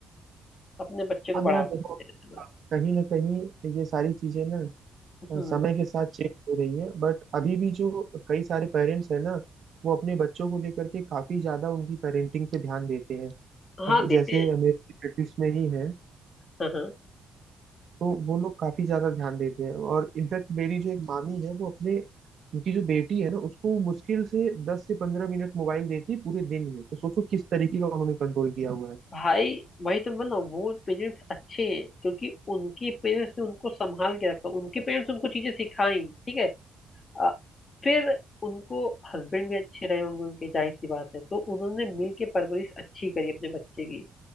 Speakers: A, on the left; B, on the right.
A: अपने बच्चे को
B: हम
A: बढ़ावा
B: यार देखो
A: देते रहते हैं बस
B: कहीं ना कहीं ये सारी चीजें ना
A: हम्म
B: अ, समय के साथ चेंज हो रही है बट अभी भी जो कई सारे पेरेंट्स हैं ना वो अपने बच्चों को लेकर के काफी ज्यादा उनकी पेरेंटिंग पे ध्यान देते हैं अब
A: हाँ देते
B: जैसे
A: हैं
B: मेरे रिलेटिव्स में ही है
A: हाँ हाँ
B: तो वो लोग काफी ज्यादा ध्यान देते हैं और इनफैक्ट मेरी जो एक मामी है वो अपने उनकी जो बेटी है ना उसको मुश्किल से दस से पंद्रह मिनट मोबाइल देती है पूरे दिन में तो सोचो किस तरीके का उन्होंने कंट्रोल किया हुआ है
A: भाई भाई तो मतलब वो पेरेंट्स अच्छे हैं क्योंकि उनके पेरेंट्स ने उनको संभाल के रखा उनके पेरेंट्स उनको चीजें सिखाई ठीक है अ, फिर उनको हस्बैंड भी अच्छे रहे होंगे उनके जाहिर सी बात है तो उन्होंने मिल के परवरिश अच्छी करी अपने बच्चे की